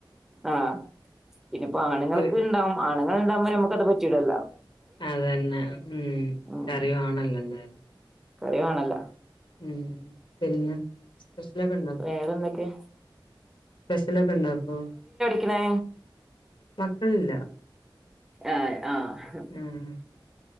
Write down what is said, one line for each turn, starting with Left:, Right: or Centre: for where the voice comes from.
Centre: ആഹ പിന്നെപ്പോ ആണുങ്ങളൊക്കെ
Left: ഒയ്
Centre: ഉണ്ടാവും ആണുങ്ങ ഉണ്ടാകുമ്പോൾ നമുക്കത് പറ്റുലല്ലോ
Left: അതന്നെ ഉം
Centre: ഉം
Left: കറിവാണല്ലോ എന്തായാലും
Centre: കറി വണല്ല
Left: ഉ പിന്നെ സ്പെഷ്യലൊക്കെ ഇണ്ട
Centre: വേറെന്തൊക്കെ
Left: സ്പേസ ലൊക്കെ ഉണ്ടാക്കും
Centre: ഇവേ
Left: മക്കളില്ല
Centre: യാഎ ആഹ്
Left: ആഹ്